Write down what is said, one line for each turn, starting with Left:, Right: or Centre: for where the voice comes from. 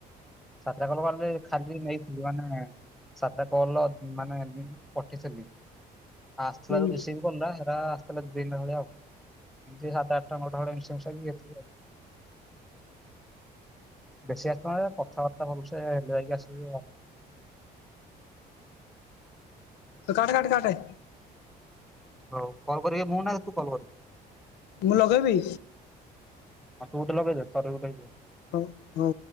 Centre: ସାତଟା କଲ ମାନେ ଖାଲି ନେଇଥିଲି ମାନେ ସାତଟା କଲ ମାନେ ଏମି ପଟିଥିଲି। ଆଉ ଆସିଥିଲା
Left: ହୁଁ
Centre: ଯୋଉ ରିଶିଭ କଲଟା ହେରା ଆସିଥିଲା ଦି ତିନିଟା ଭଳିଆ ଆଉ। ଏମିତି ସାତ ଆଠଟା ନଅଟା ଭଳିଆ ମିଶ୍ ମିଶିମୁସାକି ଏତିକି ଆଉ। ବେଶି ଆସିଥାନ୍ତା ପ କଥାବାର୍ତ୍ତା କରୁଛେ ହେଲେ ଯାଇକି ଆସିବା।
Left: ତୁ କାଟେ କାଟେ କାଟେ।
Centre: ହଉ କଲ୍ କରିବି ମୁଁ ନା ତୁ କଲ୍ କରିବୁ?
Left: ମୁଁ ଲଗେଇବି?
Centre: ହଁ ତୁ ଗୁଟେ ଲଗେଇଦେ ତୋରି ଗୁଟେ ହେଇଯିବ।
Left: ହୁଁ ହୁଁ।